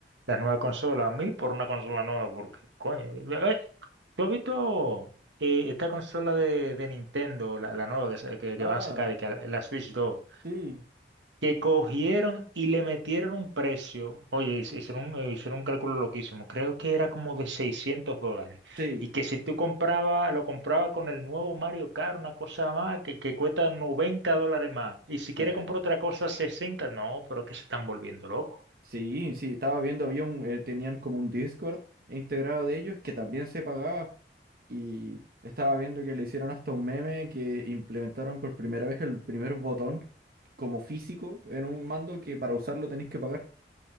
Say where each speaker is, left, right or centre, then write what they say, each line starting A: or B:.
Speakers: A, on the right (about 80°); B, on the right (about 50°).
A: las nuevas consolas. mil por una consola nueva, porque, coño. eh, ¿Tú has visto eh, esta consola de, de Nintendo, la, la nueva que, sa- que, que
B: Ah,
A: van a sacar, y que la la Switch 2,
B: sí.
A: que cogieron y le metieron un precio? Oye, hice- hicieron, un- eh, hicieron un cálculo loquísimo, creo que era como de 600 dólares.
B: Sí,
A: Y que si tú compraba lo compraba con el nuevo Mario Kart, una cosa más, que, que cuesta 90 dólares más. Y si quiere
B: sí,
A: comprar otra cosa, sesenta No, pero que se están volviendo locos.
B: sí, sí, estaba viendo, había un, eh, tenían como un Discord integrado de ellos que también se pagaba y estaba viendo que le hicieron hasta un meme que implementaron por primera vez el primer botón como físico en un mando que para usarlo tenéis que pagar.